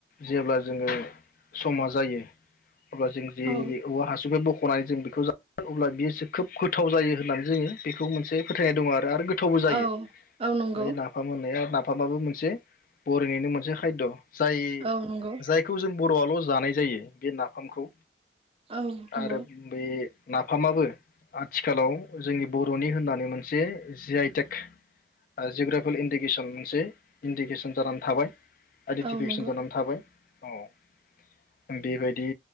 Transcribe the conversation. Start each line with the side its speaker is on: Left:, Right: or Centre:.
Left: जेब्ला जोङो समा जायो अब्ला जों जि
Right: औ
Left: औवाहासुनिफाय बख बखना जों बेखौ जा अब्ला बियो खोब गोथाव जायो होननानै जोङो बेखौ मोनसे फोथायनाय दङ आरो थावबो जायो
Right: औ औ नंगौ
Left: माने नाफाम मोननाया ना फामाबो मोनसे बरिनिनो मोनसे खायद जाय
Right: औ नंगौ
Left: जायखौ जों बर'आल जानाय जायो बे नाफामखौ
Right: औ नंगौ
Left: आरो बे नाफामाबो आथिखालाव जोंनि बर'नि होननानै मोनसे जि आइ टेक ओ जोग्राफिल इन्दिकेसन मोनसे इन्दिकेसन जानानै थाबाय आइडिटिफिकेसन
Right: औ नंगौ
Left: जानानै थाबाय औ बेबायदि